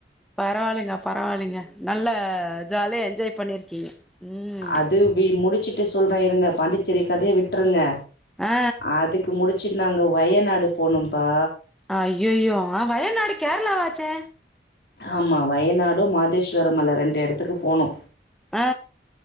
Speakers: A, in the centre; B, on the left.
A: பரவால்லைங்க பரவால்லைங்க நல்ல ஜாலியா என்ஜாய் பண்ணிருக்கீங்க ம்
B: அது வி முடிச்சுட்டு சொல்றே இருங்க பாண்டிச்சேரி கதைய விட்ருங்க
A: ஆ
B: அதுக்கு முடிச்சுட் நாங்க வயநாடு போனோம்பா
A: அய்யயோ ஆ வயநாடு கேர்ளாவாச்சே
B: ஆமா வயநாடு மாதேஸ்வரமல ரெண்டு எடத்துக்கு போனோ
A: ஆ